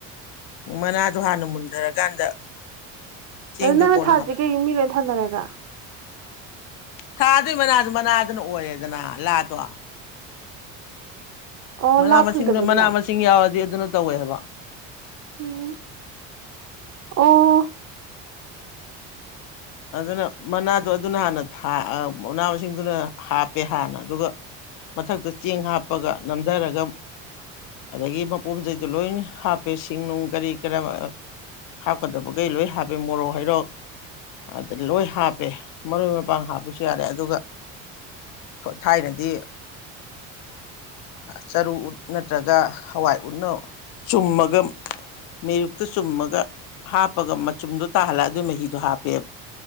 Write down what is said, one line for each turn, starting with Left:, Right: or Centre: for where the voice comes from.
Left: ꯃꯅꯥꯗꯣ ꯍꯥꯟꯅ ꯃꯨꯟꯊꯔꯀꯥꯟꯗ ꯆꯦꯡꯗꯣ
Right: ꯑꯗꯨ ꯅꯪꯅ
Left: ꯀꯣꯟꯅ
Right: ꯊꯥꯗ꯭ꯔꯤ
Left: ꯍꯥꯞꯄ
Right: ꯀꯩ ꯃꯤꯅꯦ ꯐꯅꯔꯒ
Left: ꯊꯥꯗꯣꯏ ꯃꯅꯥꯗꯨ ꯃꯅꯥꯗꯨꯅ ꯑꯣꯏꯌꯦꯦꯗꯅ ꯂꯥꯗꯣ
Right: ꯑꯣ
Left: ꯃꯅꯥ
Right: ꯂꯥ ꯐꯪꯗꯕꯒꯤ
Left: ꯃꯁꯤꯡꯗꯣ ꯃꯅꯥ ꯃꯁꯤꯡ ꯌꯥꯎꯔꯗꯤ ꯑꯗꯨꯅ ꯇꯧꯋꯦ ꯍꯥꯏꯕ
Right: ꯎꯝ ꯑꯣ
Left: ꯑꯗꯨꯅ ꯃꯅꯥꯗꯣ ꯑꯗꯨꯅ ꯍꯥꯟꯅ ꯃꯅꯥ ꯃꯁꯤꯡꯗꯨꯅ ꯍꯥꯞꯄꯦ ꯍꯥꯟꯅ ꯑꯗꯨꯒ ꯃꯊꯛꯇ ꯆꯦꯡ ꯍꯥꯞꯄꯒ ꯅꯝꯊꯔꯒ ꯑꯗꯒꯤ ꯃꯄꯣꯝꯆꯩꯗꯣ ꯂꯣꯏ ꯍꯥꯞꯄꯦ ꯁꯤꯡꯅꯨꯡ ꯀꯔꯤ ꯀꯔ ꯍꯥꯞꯀꯗꯕꯈꯩ ꯂꯣꯏ ꯍꯥꯞꯄꯦ ꯃꯣꯔꯣꯛ ꯍꯩꯔꯣꯛ ꯑꯗꯨ ꯂꯣꯏ ꯍꯥꯞꯄꯦ ꯃꯔꯣꯏ ꯃꯄꯥꯡ ꯍꯥꯞꯄꯁꯨ ꯌꯥꯔꯦ ꯑꯗꯨꯒ ꯊꯥꯏꯅꯗꯤ ꯆꯔꯨ ꯎꯠ ꯅꯠꯇ꯭ꯔꯒ ꯍꯋꯥꯏ ꯎꯠꯅ ꯆꯨꯝꯃꯒ ꯃꯔꯨꯛꯇ ꯆꯨꯝꯃꯒ ꯍꯥꯞꯄꯒ ꯃꯆꯨꯝꯗꯣ ꯇꯥꯍꯜꯂ ꯑꯗꯨꯏ ꯃꯍꯤꯗꯣ ꯍꯥꯞꯄ